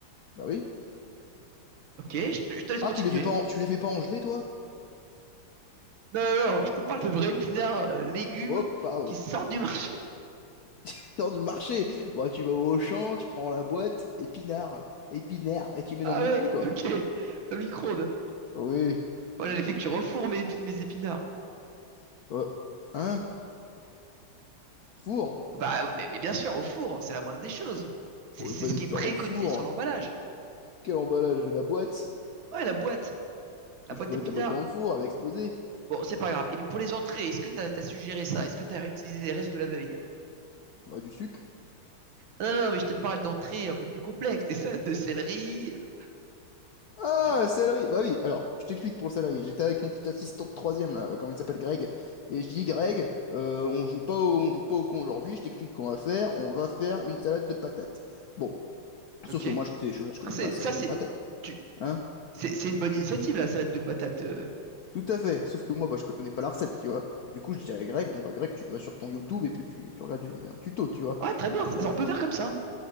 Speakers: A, on the left; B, on the right.
A: Bah oui.
B: Ok, je te, je te laisse
A: Ah,
B: continuer.
A: tu les fais pas, en- tu les fais pas engeler, toi?
B: Non, non, non, je te parle de vrais épinards, euh, légumes
A: Oh, pardon.
B: qui sortent du marché.
A: Putain du marché. Bon, tu vas au Auchan, tu prends la boîte, épinard, épinard, et tu mets
B: Ah
A: dans le
B: ouais,
A: micro-ondes, quoi.
B: <laughs> ok. Dans le micro-ondes.
A: Ah Oui.
B: Moi, j'allais fait cuire au four mes épi- mes épinards.
A: Euh, hein? Four?
B: Bah, ouais, mais, mais bien sûr, au four, c'est la moindre des choses. C'est
A: On
B: c'est
A: met pas
B: ce
A: des
B: qui
A: épinards
B: est préconisé
A: au four.
B: sur l'emballage.
A: Quel emballage, la boîte.
B: Ouais, la boîte, la
A: Mais
B: boîte
A: je peux pas
B: épinards.
A: mettre la boîte dans le four, elle va exploser.
B: Bon, c'est pas grave. Et pour les entrées, est-ce que t'as as suggéré ça? Est-ce que t'as réutilisé les restes de la veille?
A: Bah, du sucre.
B: Ah Non, non, mais je te parle d'entrées un peu plus complexes. Des salades de céleri. euh,
A: Ah,
B: c'est-
A: salarié. Bah oui. Alors, je t'explique pour le salarié. J'étais avec mon petit assistant de troisième, là, euh, comment il s'appelle, Greg. Et je dis, Greg, euh, on joue pas au, on joue pas au con aujourd'hui. Je t'explique qu'on va faire. On va faire une salade de patates. Bon.
B: Ok.
A: Sauf que moi, je, t'ai- je, je connais
B: Ah, c'est-
A: pas la salade
B: ça, c'est
A: de patates.
B: tu-
A: Hein?
B: c'est c'est une bonne initiative, la salade de patates. euh.
A: Tout à fait. Sauf que moi, bah, je connais pas la recette, tu vois. Du coup, je dis à Greg, bon, bah, Greg, tu vas sur ton YouTube et puis tu, tu regardes une- un tuto, tu vois.
B: Ouais, très bien, ça-
A: Et
B: on
A: euh,
B: peut faire comme ça.